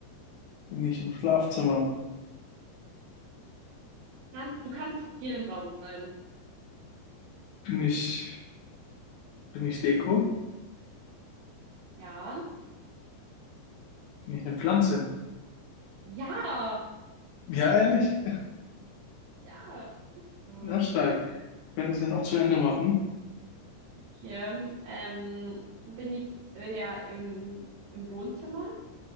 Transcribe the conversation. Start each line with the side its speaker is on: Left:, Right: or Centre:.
Left: Bin ich im Schlafzimmer?
Right: Kannst, du kannst in jedem Raum sein.
Left: Bin ich, bin ich Deko?
Right: Ja.
Left: Bin ich eine Pflanze?
Right: Ja.
Left: Ja, ehrlich?
Right: Ja. Bist
Left: <laughs>
Right: du.
Left: Na, stark. Ich könnte das ja noch zu Ende machen.
Right: Okay. Ähm, bin ich äh, ja im, im Wohnzimmer?